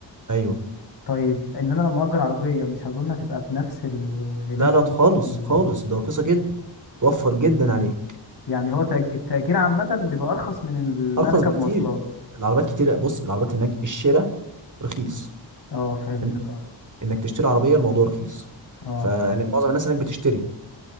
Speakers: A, on the right; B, on the left.
A: ايوه
B: طيب ان انا لما اجر عربيه مش اظن هتبقى بنفس الغلو
A: لا لا خالص
B: يعني ولا
A: خالص ده رخيصه جدا توفر جدا عليك
B: يعني هو تأج- التأجير عامه بيبقى ارخص من ال- ان انا
A: ارخص
B: اركب
A: بكتير
B: مواصلات
A: العربيات كتيره بص العربيات هناك الشراء رخيص
B: اه فهمتك
A: يعني
B: اه
A: انك تشتري عربيه الموضوع رخيص
B: اه
A: فمعظم الناس هناك بتشتري